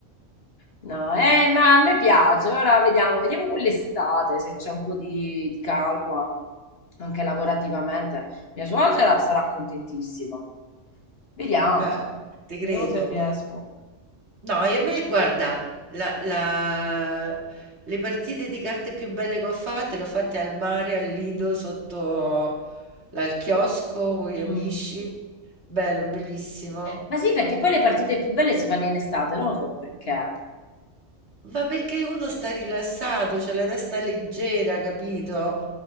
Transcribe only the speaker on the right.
Eh, ti
credo.
No, e a me, guarda, la- la- le partite di carte più belle che ho fatte le ho fatte al mare, al Lido, sotto al chiosco con gli amici.
Bello, bellissimo.
Ma perché uno sta rilassato, c'è la testa leggera, capito?